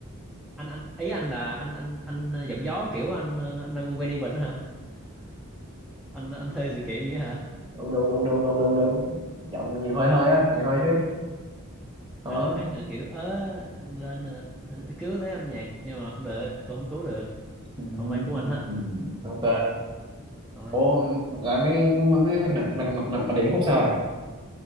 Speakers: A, in the centre; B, on the right (about 20°).
A: Anh anh ý anh là anh anh anh ờ, giọng gió kiểu anh ờ, anh quen event hả? Anh anh thuê sự kiện gì hả?
B: đúng đúng đúng đúng đúng đúng đúng. Giọng nhiều hơi hơi á, nhiều hơi xíu. Đó.
A: à hát là kiểu ớ lên ờ, ờ, cứu lấy âm nhạc nhưng mà không được tôi không cứu được
B: Ừ.
A: không ai cứu anh hết
B: Ok.
A: thôi
B: Ủa, rồi mấy cái mấy cái mặt mặt mặt mặt mặt điện Phúc sao rồi?